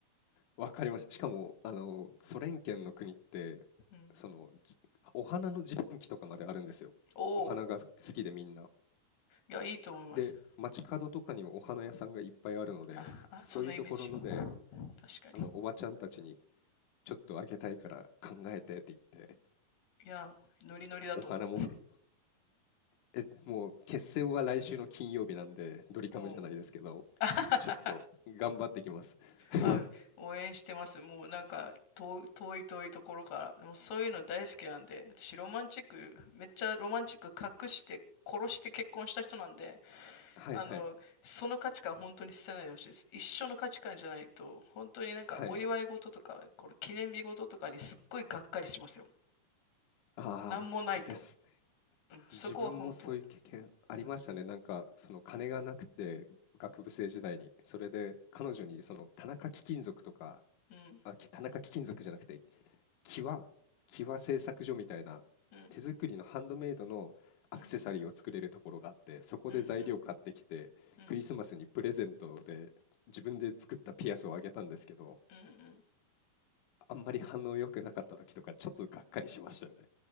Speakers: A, on the left; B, on the left.
A: わかりましたしかも、あの、ソ連圏の国って、
B: うん。
A: その、じお花の自販機とかまであるんですよ。
B: おお、
A: お花が好きでみんな。
B: いや、いいと思います。
A: で、街角とかにもお花屋さんがいっぱいあるので、
B: あ、あ、
A: そういうところので、
B: そんなイメージ。確か
A: あの、
B: に。
A: おばちゃんたちに、ちょっとあげたいから考えてって言って、
B: いや、ノリノリだと思う。
A: お花持ってく、え、もう決戦は来週の金曜日なんで、
B: <laughs>
A: ドリカムじゃないですけど、
B: おお。<laughs> あはは
A: ちょっと頑張ってきます。<laughs>
B: あ、応援してます。もうなんか遠、遠い遠いところから、もうそういうの大好きなんで、私ロマンチック、めっちゃロマンチック隠して、殺して結婚した人なんで、
A: はいはい。
B: あの、その価値観本当に捨てないでほしいです。一緒の価値観じゃないと、本当になんかお祝い事とか、
A: はい。
B: これ記念日事とかにすっごいがっかりしますよ。
A: ああ、
B: なんもないと。
A: です。
B: うん、そこは本当。
A: 自分もそういう経験ありましたね。なんか、その金がなくて、学部生時代に。それで、彼女に、その、田中貴金属とか、
B: うん、
A: あ、き田中貴金属じゃなくて、キワ、キワ製作所みたいな、
B: うん、
A: 手作りのハンドメイドのアクセサリーを作れるところがあって、
B: うん、
A: そこで材料買ってきて、
B: うん、うん、うん、うん、
A: クリスマスにプレゼントで、自分で作ったピアスをあげたんですけど、
B: うん。うん
A: あんまり反応良くなかった時とか、ちょっとがっかりしましたよね。